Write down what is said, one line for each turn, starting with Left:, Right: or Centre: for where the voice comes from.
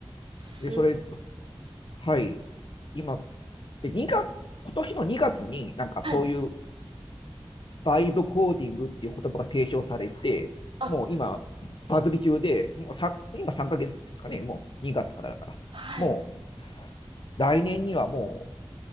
Right: すっ
Left: い。で、それ、はい。今、で、2月、今年の2月になんかそういう
Right: はい。
Left: バイブコーディングっていう言葉が提唱されて、
Right: あ、
Left: もう今、バズり中で、もうさ今3ヶ月ですかね、もう2月からだから、
Right: はい。
Left: もう来年にはもう